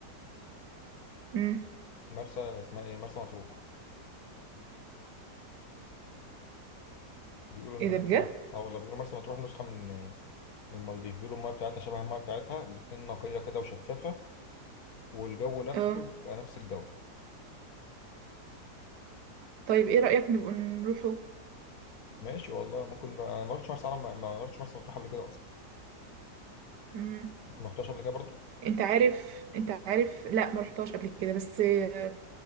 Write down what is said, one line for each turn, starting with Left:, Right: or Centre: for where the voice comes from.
Right: مم.
Left: مرسى اسمها ايه مرسى مطروح بيقولوا ان
Right: إيه ده
Left: مرسى
Right: بجد؟
Left: مطروح اه والله بيقولوا مرسى مطروح نسخه من من مالديف بيقولوا المايه بتاعتها شبه المايه بتاعتها الاتنين نقيه كده وشفافه والجو نفسه
Right: اه
Left: بقى نفس الجو
Right: طيب إيه رأيك نبقى نروحه؟
Left: ماشي والله ممكن بقى- انا ما رحتش مرسى علم ما رحتش مرسى مطروح قبل كده اصلا
Right: مم.
Left: انت ما رحتهاش قبل كده برضو
Right: انت عارف انت عارف لا ما رحتهاش قبل كده بس آه،